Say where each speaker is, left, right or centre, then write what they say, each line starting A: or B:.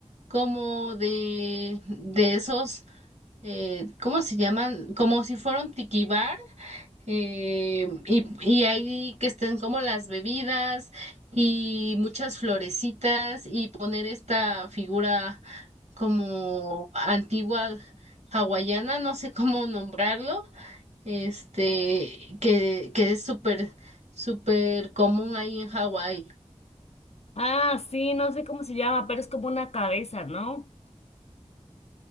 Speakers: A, on the right; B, on the left.
A: como de, de esos. eh, ¿cómo se llaman? Como si fuera un tiki bar, eh, y, y ahí que estén como las bebidas y muchas florecitas y poner esta figura como antigua hawaiana, no sé cómo nombrarlo, este, que, que es súper, súper común ahí en Hawái.
B: Ah, sí, no sé cómo se llama, pero es como una cabeza, ¿no?